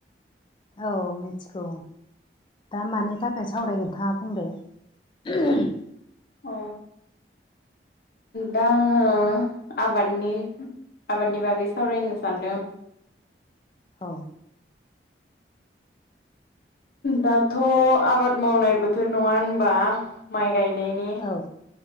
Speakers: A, on the left (about 25°); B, on the left (about 55°).
A: औ मिथिगौ दा मानि थाखाय सावरायो नोंथाङा बुंदो <unintelligible>
B: अ दा आङो आबादनि आबादनि बागै सावरायनो सानदों
A: औ
B: दाथ' आबाद मावनाय बोथोर नङा होनबा माइ गायनायनि
A: औ